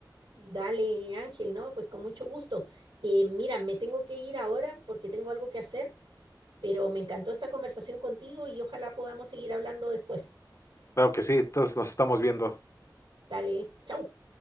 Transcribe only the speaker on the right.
Dale, Ángel, ¿no? Pues con mucho gusto. Eh, mira, me tengo que ir ahora porque tengo algo que hacer, pero me encantó esta conversación contigo y ojalá podamos seguir hablando después.
Dale, chau.